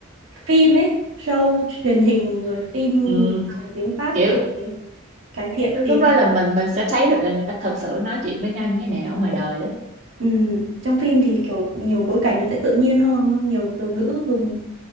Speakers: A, on the right; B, on the right.
A: phim ấy, show truyền hình rồi phim
B: Ừ,
A: bằng tiếng Pháp
B: kiểu
A: để cải thiện
B: lúc
A: tiếng
B: lúc đó là mình mình sẽ thấy được là người ta thật sự nói chuyện với nhau như thế nào ở ngoài đời đó,
A: Ừ, trong phim thì kiểu nhiều bối cảnh nó sẽ tự nhiên hơn, nhiều từ ngữ dùng